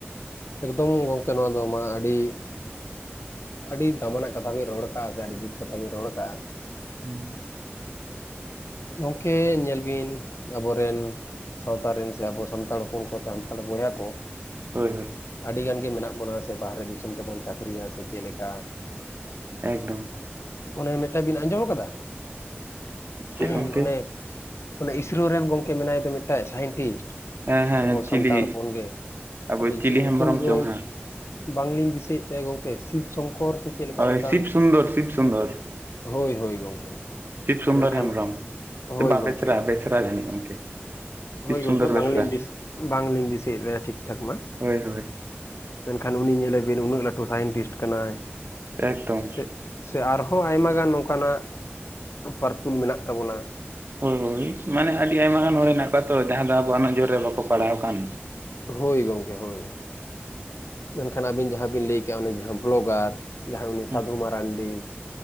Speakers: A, on the left (about 85°); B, on the right (about 55°).
A: ᱮᱠᱫᱚᱢ ᱜᱚᱝᱠᱮ, ᱱᱚᱣᱟ ᱫᱚ ᱢᱟ ᱟᱹᱰᱤ ᱟᱹᱰᱤ ᱫᱟᱢᱟᱱᱟᱜ ᱠᱟᱛᱷᱟ ᱵᱮᱱ ᱨᱚᱲ ᱠᱟᱜ-ᱟ ᱡᱮ ᱟᱹᱰᱤᱡᱩᱛ ᱠᱟᱛᱷᱟ ᱵᱮᱱ ᱨᱚᱲ ᱟᱠᱟᱜ-ᱟ᱾
B: <unintelligible>
A: ᱜᱚᱝᱠᱮ, ᱧᱮᱞ ᱵᱤᱱ ᱟᱵᱚᱨᱮᱱ ᱥᱟᱶᱛᱟ ᱨᱮᱱ ᱥᱮ ᱟᱵᱚ ᱥᱟᱱᱛᱟᱲ ᱦᱚᱯᱚᱱ ᱠᱚ ᱥᱮ ᱥᱟᱱᱛᱟᱲ ᱵᱚᱭᱦᱟ ᱠᱚ
B: ᱦᱳᱭ ᱦᱳᱭ᱾
A: ᱟᱹᱰᱤᱜᱟᱱ ᱜᱮ ᱢᱮᱱᱟᱜ ᱵᱚᱱᱟ ᱥᱮ ᱵᱟᱦᱨᱮ ᱫᱤᱥᱚᱢ ᱛᱮᱵᱚᱱ ᱪᱟᱠᱷᱨᱤᱭᱟ ᱥᱮ ᱪᱮᱜ ᱞᱮᱠᱟ᱾
B: ᱮᱠᱫᱚᱢ᱾
A: ᱚᱱᱮ ᱢᱤᱜᱴᱟᱝ ᱵᱤᱱ ᱟᱸᱡᱚᱢ ᱟᱠᱟᱫᱟ?
B: ᱪᱮᱫ
A: <unintelligible>
B: ᱜᱚᱝᱠᱮ
A: ᱚᱱᱮ ᱚᱱᱮ ᱤᱥᱨᱳ ᱨᱮᱱ ᱜᱚᱝᱠᱮ ᱢᱮᱱᱟᱭ ᱫᱚ ᱢᱤᱜᱴᱟᱡ ᱥᱟᱭᱮᱱᱴᱤ᱾
B: ᱦᱮᱸ ᱦᱮᱸ
A: ᱟᱵᱚ
B: ᱪᱤᱞᱤ
A: ᱥᱟᱱᱛᱟᱲ ᱦᱚᱯᱚᱱ ᱜᱮ
B: ᱟᱵᱚ
A: ᱦᱟᱯᱮ
B: ᱪᱤᱞᱤ
A: ᱪᱤᱜ ᱧᱩᱛᱩᱢ
B: ᱦᱮᱢᱵᱨᱚᱢ
A: ᱫᱚ᱾
B: ᱪᱚᱝ ᱦᱟᱸᱜ
A: ᱵᱟᱝᱞᱤᱧ ᱫᱤᱥᱟᱹᱭᱮᱫ ᱛᱟᱭᱟᱸ ᱜᱚᱝᱠᱮ ᱥᱤᱵ ᱥᱚᱝᱠᱚᱨ ᱥᱮ ᱪᱮᱫ ᱞᱮᱠᱟ
B: ᱦᱳᱭ,
A: ᱚᱱᱠᱟᱱ
B: ᱥᱤᱵ ᱥᱩᱱᱫᱚᱨ ᱥᱤᱵ ᱥᱩᱱᱫᱚᱨ᱾
A: ᱦᱳᱭ ᱦᱳᱭ ᱜᱚᱝᱠᱮ,
B: ᱥᱤᱵ ᱥᱩᱱᱫᱚᱨ
A: ᱢᱮᱱᱠᱷᱟᱱ
B: ᱦᱮᱢᱵᱨᱚᱢ
A: ᱦᱳᱭ
B: ᱵᱟ
A: ᱜᱚᱝᱠᱮ
B: ᱵᱮᱥᱨᱟ ᱵᱮᱥᱨᱟ ᱡᱟᱹᱱᱤᱡ ᱜᱚᱝᱠᱮ᱾
A: ᱦᱳᱭ
B: ᱥᱤᱵ ᱥᱩᱱᱫᱚᱨ
A: ᱜᱚᱝᱠᱮ ᱵᱟᱝᱞᱤᱧ
B: ᱵᱮᱥᱨᱟ
A: ᱫᱤᱥ ᱵᱟᱝᱞᱤᱧ ᱫᱤᱥᱟᱹᱭᱮᱫ ᱛᱟᱭᱟ ᱴᱷᱤᱠ ᱴᱷᱟᱠ ᱢᱟ᱾
B: ᱦᱳᱭ ᱦᱳᱭ
A: ᱢᱮᱱᱠᱷᱟᱱ ᱩᱱᱤ ᱧᱮᱞᱮ ᱵᱤᱱ ᱩᱱᱟᱹᱜ ᱞᱟᱹᱴᱩ ᱥᱟᱭᱮᱱᱴᱤᱥᱴ ᱠᱟᱱᱟᱭ,
B: ᱮᱠᱫᱚᱢ
A: ᱥᱮ ᱥᱮ ᱟᱨᱦᱚᱸ ᱟᱭᱢᱟ ᱜᱟᱱ ᱱᱚᱝᱠᱟᱱᱟᱜ ᱯᱟᱨᱛᱩᱞ ᱢᱮᱱᱟᱜ ᱛᱟᱵᱚᱱᱟ᱾
B: ᱦᱳᱭ ᱦᱳᱭ ᱢᱟᱱᱮ ᱟᱹᱰᱤ ᱟᱭᱢᱟ ᱜᱟᱱ ᱦᱚᱲ ᱦᱮᱱᱟᱜ ᱠᱚᱣᱟ ᱛᱚ ᱡᱟᱦᱟᱸ ᱡᱟᱦᱟᱸ ᱫᱚ ᱟᱵᱚᱣᱟᱜ ᱱᱚᱡᱚᱨ ᱨᱮ ᱵᱟᱠᱚ ᱯᱟᱲᱦᱟᱣ ᱟᱠᱟᱱ᱾
A: ᱦᱳᱭ ᱜᱚᱢᱠᱮ ᱦᱳᱭ ᱢᱮᱱᱠᱷᱟᱱ ᱟᱹᱵᱤᱱ ᱡᱟᱦᱟᱸ ᱵᱤᱱ ᱞᱟᱹᱭ ᱠᱮᱜ-ᱟ ᱩᱱᱤ ᱡᱟᱦᱟᱸ ᱵᱷᱞᱚᱜᱟᱨ᱾ ᱡᱟᱦᱟᱸᱭ ᱩᱱᱤ
B: ᱦᱮᱸ
A: ᱥᱟᱫᱷᱩ ᱢᱟᱨᱟᱱᱰᱤ᱾